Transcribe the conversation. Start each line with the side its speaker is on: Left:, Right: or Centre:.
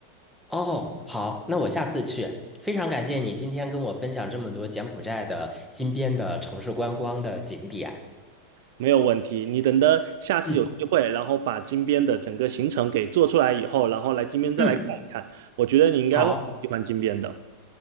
Centre: 哦，好，那我下次去。非常感谢你今天跟我分享这么多柬埔寨的金边的城市观光的景点。
Right: 没有问题。你等的下次有机会，
Centre: 嗯
Right: 然后把金边的整个行程给做出来以后，然后来金边再来看一看。
Centre: 嗯，
Right: 我觉得你应该会喜欢金边的。
Centre: 好，